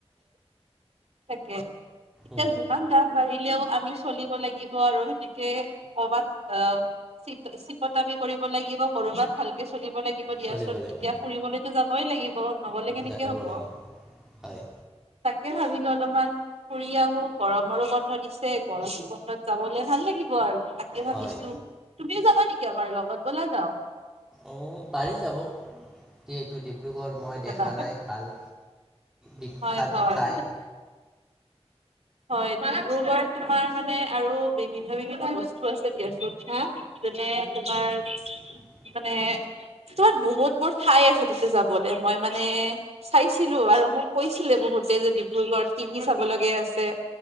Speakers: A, on the right; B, in the centre.
A: তাকে এতিয়া
B: উম,
A: যিমান দাম বাঢ়িলেও। আমি চলিব লাগিব আৰু সেনেকে কবাত চ চিকতামি কৰিব লাগিব। লাগিব কৰবাত ভালকে চলিব লাগিব দিয়া
B: চলিব
A: চোন
B: লাগিব,
A: এতিয়া ফুৰিবলৈতো যাবই লাগিব। নগলে কেনেকে
B: যাব
A: হব
B: লাগিব। হয়,
A: তাকে ভাবি। অলপমান ফুৰি আহো গৰমৰো বন্ধ দিছে গৰমৰ বন্ধত যাবলে ভাল লাগিব আৰু। তাকে ভাবিছো
B: হয়,
A: তুমিও যাবা নেকি আমাৰ লগত বলা যাও।
B: অ পাৰি যাব দ এইটো ডিব্ৰুগড়। মই দেখা
A: যাবা
B: নাই ভাল বিখ্যাত
A: হয় হয়
B: ঠাই।
A: হয় ডিব্ৰুগড় তোমাৰ মানে আৰু বিভিন্ন বিভিন্ন বস্তু। আছে দিয়া চোন যেনে তোমাৰ।
B: উ।
A: মানে। তোমাৰ বহুত বহুত ঠাই আছে তাতে যাবলে মই মানে চাইছিলো আৰু মোক কৈছিলে বহুত। গোতেই যে ডিব্ৰুগড়ত কি কি চাব লগীয়া আছে।